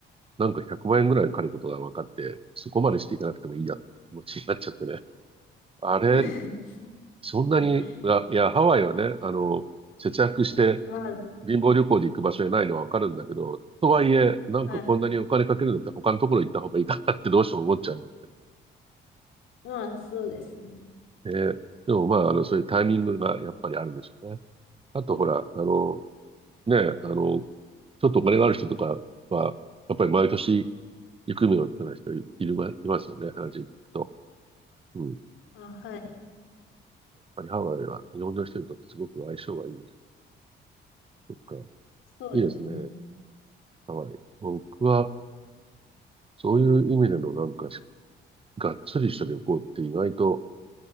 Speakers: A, on the right; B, on the left.
A: なんか100万円ぐらいかかることが分かって、そこまでしていかなくてもいいや、気持ちになっちゃってね。あれ、
B: <laughs> そうです
A: そんなに、
B: ね
A: あいや、ハワイはね、あの、節約して
B: まあ、
A: 貧乏旅行で行く場所じゃないのは分かるんだけど、とはいえ、なんかこんなにお金かけるんだって他のところ行った方がいいかなってどうしても思っちゃうんだよ
B: はい。まあそうですね。
A: ね。ででもまあ、あの、そういうタイミングがやっぱりあるんでしょうね。あとほら、あの、ね、あの、ちょっとお金がある人とかは、やっぱり毎年行くのような人いるま、いますよね、話聞くと。うん。やっ
B: あ、はい。
A: ぱりハワイは日本の人にとってすごく相性がいいんですよ。そっか。
B: そうですね。
A: いいですね、ハワイ。僕は、そういう意味でのなんか、がっつりした旅行って意外と